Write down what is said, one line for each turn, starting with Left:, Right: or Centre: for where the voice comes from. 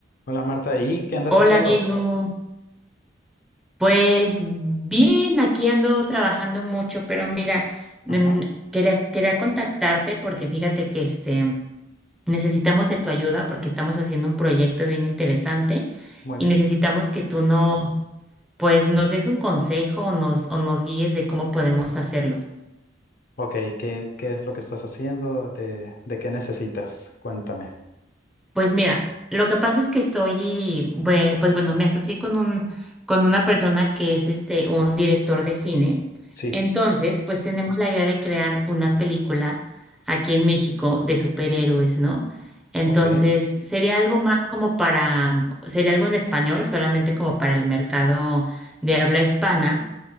Left: Hola Marta, ¿y qué andas
Centre: Hola
Left: haciendo?
Centre: Diego, pues bien, aquí ando trabajando mucho, pero mira, mm,
Left: Ajá,
Centre: quería, quería contactarte porque fíjate que este, necesitamos de tu ayuda porque estamos haciendo un proyecto bien interesante
Left: muy
Centre: y
Left: bien.
Centre: necesitamos que tú nos, pues nos des un consejo o nos, o nos guíes de cómo podemos hacerlo.
Left: Ok, ¿qué, qué es lo que estás haciendo? ¿De, de qué necesitas? Cuéntame.
Centre: Pues mira, lo que pasa es que estoy, bue- pues bueno, me asocié con un, con una persona que es este, un director de cine.
Left: Sí,
Centre: Entonces, pues tenemos la idea de crear una película aquí en México de superhéroes, ¿no? Entonces,
Left: ok.
Centre: sería algo más como para, sería algo en español, solamente como para el mercado de habla hispana,